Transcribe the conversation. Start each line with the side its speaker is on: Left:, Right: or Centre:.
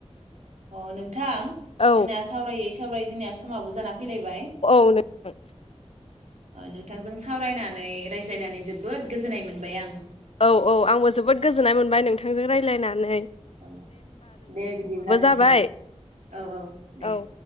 Right: अ नों थां
Left: औ
Right: जोंना सावरायै सावराय जोंनिया समाबो जाना फैलायबाय
Left: औ नोंथां
Right: ओ नोंथांजों सावरायनानै रायज्लायनानै जोबोद गोजोननाय मोनबाय आं
Left: औ औ आंबो जोबोद गोजोननाय मोनबाय नोंथांजों राय रायलायनानै
Right: औ दे बिदिब्ला नोंथां
Left: जाबाय
Right: औ औ दे
Left: औ